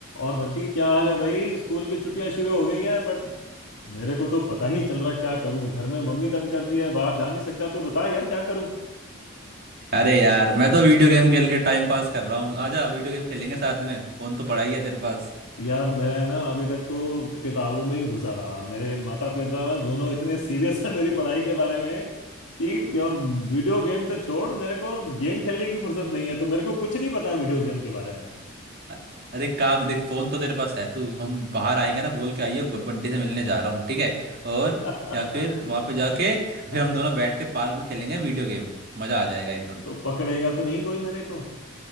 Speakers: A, on the left; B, on the right.
A: और बट्टी क्या हाल है भाई स्कूल की छुट्टियां शुरू हो गई हैं बट मेरे को तो पता नहीं चल रहा क्या करूं घर में मम्मी तंग करती है बाहर जा नहीं सकता तो बता यार क्या करूं
B: अरे यार मैं तो वीडियो गेम खेल के टाइम पास कर रहा हूँ आजा वीडियो गेम खेलेंगे साथ में फोन तो पड़ा ही है तेरे पास
A: यार मैं ना अभी तक तो किताबों में ही घुसा रहा मेरे माता पिता ना दोनों इतने सीरियस है मेरी पढ़ाई के बारे में कि क्या- वीडियो गेम तो छोड़ मेरे को गेम खेलने की फुर्सत नहीं है तो मेरे को कुछ नहीं पता वीडियो गेम के बारे में
B: अ- अरे काम देख फोन तो तेरे पास है तू हम बाहर आएंगे ना बोल के आइयो ब- बंटी से मिलने जा रहा हूँ ठीक है और
A: <laughs>
B: या फिर वहां पे जाके फिर
A: हाँ,
B: हम दोनों बैठ के पार्क में खेलेंगे वीडियो गेम मजा आ जाएगा एकदम
A: तो पकड़ेगा तो नहीं कोई मेरे को